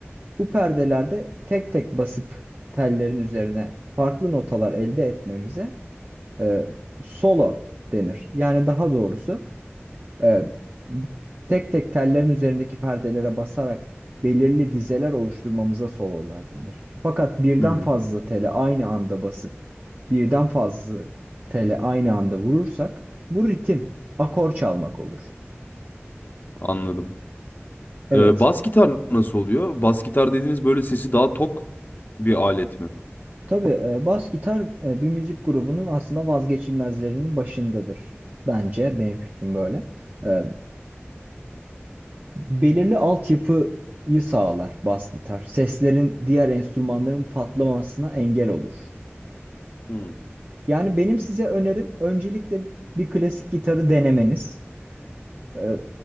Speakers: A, on the right; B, on the left.
A: Bu perdelerde tek tek basıp tellerin üzerine farklı notalar elde etmemize e, solo denir. Yani daha doğrusu e, tek tek tellerin üzerindeki perdelere basarak belirli dizeler oluşturmamıza sololar denir. Fakat birden
B: Hmm.
A: fazla tele aynı anda basıp birden fazla tele aynı anda vurursak bu ritim, akor çalmak olur.
B: Anladım.
A: Evet.
B: Ee, bas gitar nasıl oluyor? Bas gitar dediğiniz böyle sesi daha tok bir alet mi?
A: Tabii e, bas gitar e, bir müzik grubunun aslında vazgeçilmezlerinin başındadır. Bence benim fikrim böyle. E, belirli altyapıyı sağlar bas gitar. Seslerin diğer enstrümanların patlamasına engel olur.
B: Hmm.
A: Yani benim size önerim öncelikle bir klasik gitarı denemeniz. Ee,